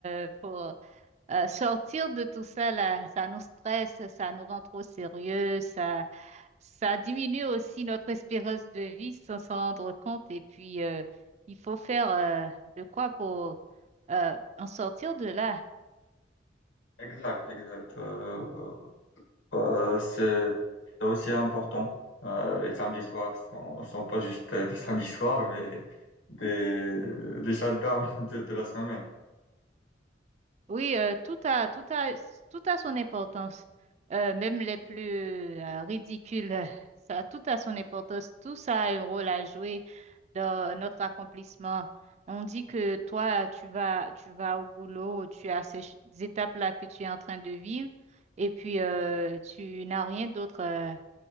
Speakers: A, on the right (about 35°); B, on the left (about 85°).
A: euh, pour euh, sortir de tout ça là. Ça nous stresse, ça nous rend trop sérieux, ça, ça diminue aussi notre espérance de vie sans s'en rendre compte. Et puis, euh, il faut faire euh, de quoi pour euh, en sortir de là.
B: Exact, exact. Euh, Euh, c'est c'est aussi important. Euh, les samedis soirs sont, sont pas juste euh, des <laughs> samedis soirs, mais des, des shutdowns <laughs> de, de la semaine.
A: Oui, euh, tout a, tout a, tout a son importance. Euh, même les plus euh, ridicules, ça, tout a son importance. Tout ça a un rôle à jouer. dans notre accomplissement. On dit que toi, tu vas, tu vas au boulot, tu as ces ch- ces étapes-là que tu es en train de vivre, et puis euh, tu n'as rien d'autre euh,